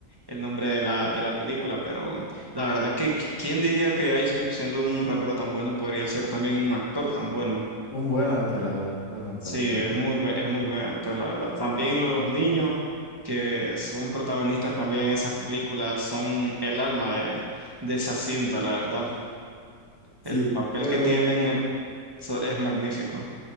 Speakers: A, on the right (about 20°); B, on the left (about 85°).
A: el nombre de la, de la película, pero la verdad que qui- quién diría que Ice Cube siendo un rapero tan bueno podría ser también un actor tan bueno.
B: Un buen actor, la verdad. Buen actor,
A: Sí,
B: buen
A: es
B: actor.
A: muy buen, es muy buen actor, la verdad. También los niños que son protagonistas también en esas películas son el alma de, de esa cinta, la verdad. El
B: Sí,
A: papel
B: pero...
A: que tienen, el eso es magnífico.